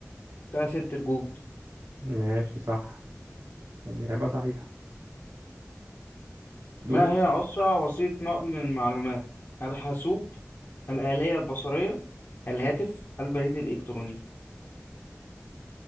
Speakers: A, on the left; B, on the right.
A: ده ست الجود
B: ماشي صح إجابة صحيحة دور
A: ما هي أسرع وسيلة نقل المعلومات الحاسوب الآلية البصرية الهاتف البريد الإلكتروني